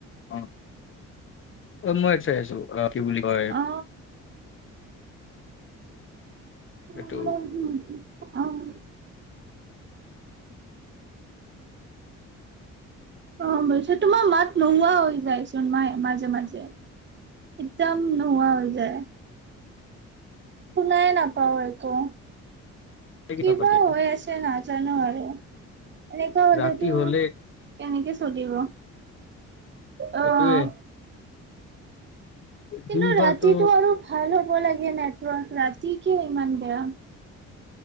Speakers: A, on the left; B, on the right.
A: অ, তন মই চাই আছিলো অ', কি বুলি কয়?
B: অ উ
A: এইটো
B: <unintelligible> অ, বিছ তোমাৰ মাত নোহোৱা হৈ যায়চোন মায়ে-মাজে-মাজে। একদম নোহোৱা হৈ যায়। সোণাই নাপওঁ একো। কিবা
A: কথা পাতি
B: হৈ আছে নাজানো আৰু। এনেকুৱা হলেতো
A: ৰাতি হলে
B: কেনেকে চল লিব অহ,
A: এইটোয়ে
B: কিন্তু
A: দুইবাৰতো
B: ৰাতিটো আৰু ভাল হ'ব লাগে নেটৱৰ্ক ৰাতি কিয় ইমান বেয়া।